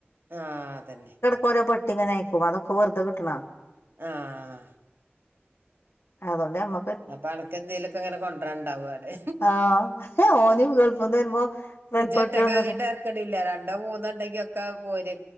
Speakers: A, on the right; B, on the left.
A: ആഹ് അതന്നെ
B: കൊറെ പെട്ടി ഇങ്ങനെ ആയക്കു അതൊക്കെ വെറുതെ കിട്ടണ
A: ആഹ്
B: അതൊണ്ട് നമ്മ
A: അപ്പൊ അനക്കെന്തേലൊക്കെങ്ങനെ കൊണ്ടരാന്ണ്ടാവു അലെ
B: ആഹ് ഓന് ഗൾഫിന്ന് വരുമ്പോ
A: ഇജറ്റക്ക
B: പെട്ടികൊണ്ടന്ന്
A: ആകിട്ട് ഇരക്കണ്ടല്ല രണ്ടോ മൂന്നോ ഉണ്ടെങ്കി ഒക്കെ പോര്